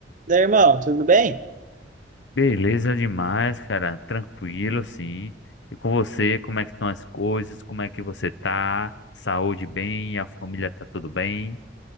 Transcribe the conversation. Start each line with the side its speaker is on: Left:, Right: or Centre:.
Right: Daí, irmão, tudo bem?
Left: Beleza demais, cara. Tranquilo, sim. E com você, como é que estão as coisas? Como é que você tá? Saúde bem? A família tá tudo bem?